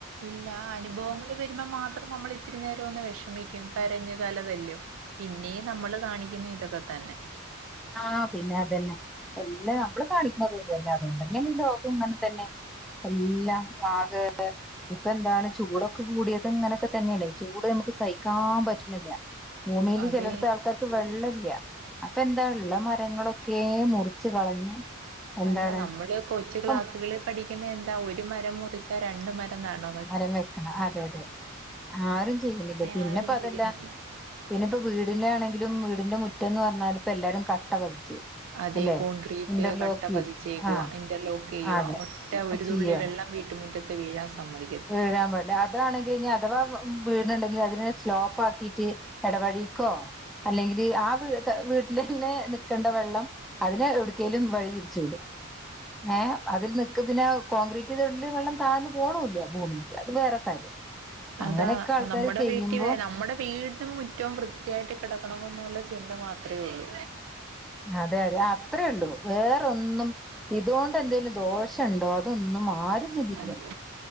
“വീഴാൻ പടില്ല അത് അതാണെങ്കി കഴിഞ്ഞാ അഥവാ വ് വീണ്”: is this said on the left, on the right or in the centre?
Centre